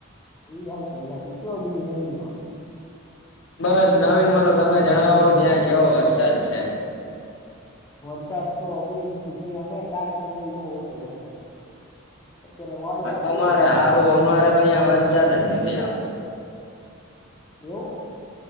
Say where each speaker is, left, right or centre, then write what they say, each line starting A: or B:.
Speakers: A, on the left (about 15°); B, on the left (about 60°).
A: ઈ હજું ઈ હત કયો બીજું નવીન માં
B: બસ નવીનમાં તો તમે જણાવો ત્યાં કેવો વરસાદ છે
A: વરસાદ તો અભી જ ગયા ને કાલ પ્રમી બહ હતો વરસાદ અત્યારે વાદળા
B: હા તમારે
A: છે
B: સારું અમારે તો અહં વરસા્યાદ જ નથી આવતો
A: એવું